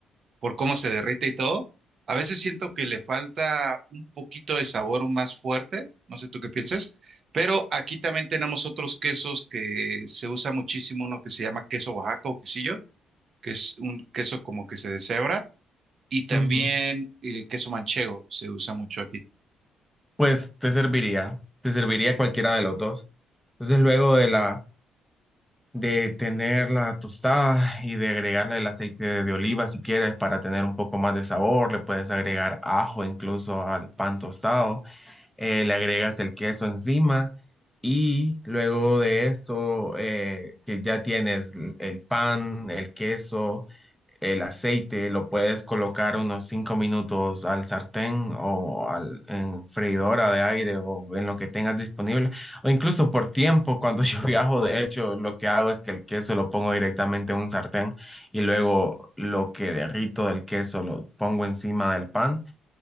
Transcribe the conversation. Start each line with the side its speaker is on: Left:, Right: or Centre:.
Right: por cómo se derrite y todo. A veces siento que le falta un poquito de sabor más fuerte, no sé tú qué pienses, pero aquí también tenemos otros quesos que se usa muchísimo, uno que se llama queso Oaxaca o quesillo, que es un queso como que se deshebra y también
Centre: Ujú.
Right: eh, queso manchego se usa mucho aquí.
Centre: Pues te serviría, te serviría cualquiera de los dos. Entonces, luego de la de tener la tostada y de agregarle el aceite de, oliva si quieres para tener un poco más de sabor. Le puedes agregar ajo incluso al pan tostado. Eh, le agregas el queso encima y luego de esto eh, que ya tienes l- el pan, el queso. El aceite lo puedes colocar unos cinco minutos al sartén o al, en freidora de aire o en lo que tengas disponible. O incluso por tiempo, cuando <laughs> yo viajo, de hecho, lo que hago es que el queso lo pongo directamente en un sartén y luego lo que derrito del queso lo pongo encima del pan